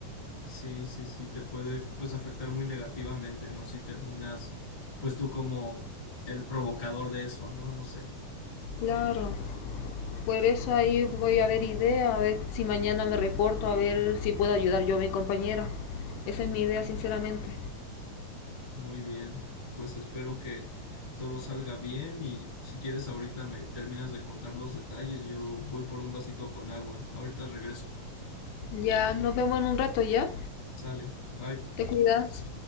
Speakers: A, on the left; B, on the left.
A: Sí, sí, sí, te puede pues afectar muy negativamente, ¿no? Si terminas pues tú como el provocador de eso, ¿no? No sé.
B: Claro, por eso ahí voy a ver idea, a ver si mañana me reporto, a ver si puedo ayudar yo a mi compañera. Esa es mi idea, sinceramente.
A: Muy bien, pues espero que todo salga bien y si quieres ahorita me terminas de contar los detalles, yo voy por un vasito con agua, ahorita regreso,
B: Ya, nos vemos en un rato, ¿ya?
A: sale, bye.
B: Te cuidas.